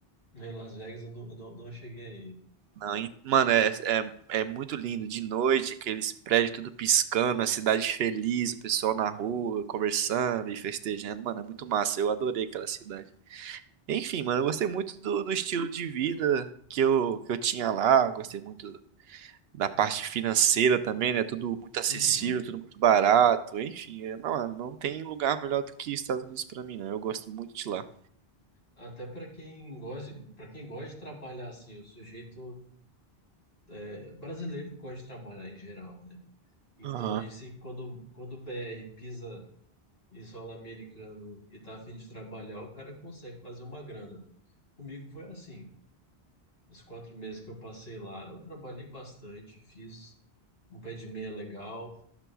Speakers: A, on the left; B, on the right.
A: Em Las Vegas eu não, eu não, não cheguei aí.
B: Não, e- mano, é, é, é muito lindo. De noite, aqueles prédios tudo piscando, a cidade feliz, o pessoal na rua conversando e festejando. Mano, é muito massa. Eu adorei aquela cidade. Enfim, mano, eu gostei muito do, do estilo de vida que eu, que eu tinha lá. Gostei muito da parte financeira também, né? Tudo muito acessível,
A: uhum.
B: tudo muito barato, enfim, é, não, não tem lugar melhor do que Estados Unidos pra mim, não. Eu gosto muito de lá.
A: Até para quem gosta, para quem gosta de trabalhar assim, o sujeito é, brasileiro gosta de trabalhar em geral, né? Então,
B: Aham,
A: disse que quando quando o BR pisa e solo americano e tá a fim de trabalhar, o cara consegue fazer uma grana. Comigo foi assim. Os quatro meses que eu passei lá, eu trabalhei bastante, fiz um pé de meia legal,